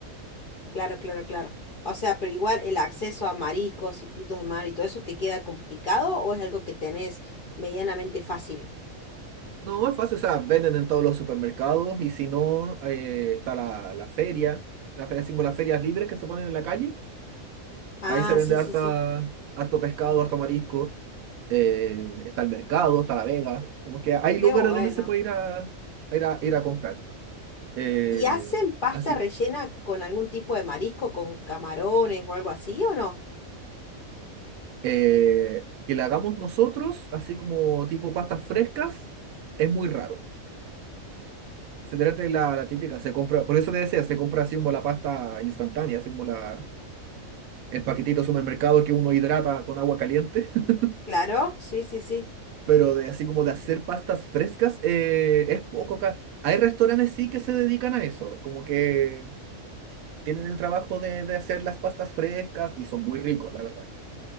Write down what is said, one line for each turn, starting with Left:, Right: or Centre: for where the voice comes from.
Left: Claro, claro, claro. O sea, pero igual el acceso a mariscos y frutos de mar y todo eso te queda complicado o es algo que tenés medianamente fácil.
Right: No, es fácil, o sea, venden en todos los supermercados y si no, eh, está la, la feria, la feria, así como las ferias libres que se ponen en la calle,
Left: Ah,
Right: ahí se vende
Left: sí,
Right: harta,
Left: sí, sí.
Right: harto pescado, harto marisco, eh, está el mercado, está la vega, como que hay
Left: Qué
Right: lugares
Left: bueno.
Right: donde se puede ir a, a ir a, ir a comprar. Eh,
Left: ¿Y hacen pasta
Right: así
Left: rellena
Right: que
Left: con algún tipo de marisco, con camarones o algo así o no?
Right: eh, que la hagamos nosotros, así como tipo pastas frescas, es muy raro. Se trata de la, la típica, se compra, por eso te decía, se compra así como la pasta instantánea, así como la el paquetito de supermercado que uno hidrata con agua caliente, <laughs>
Left: Claro, sí, sí, sí.
Right: pero de, así como de hacer pastas frescas, eh, es poco acá. Hay restaurantes sí que se dedican a eso, como que tienen el trabajo de, de hacer las pastas frescas y son muy ricos, la verdad.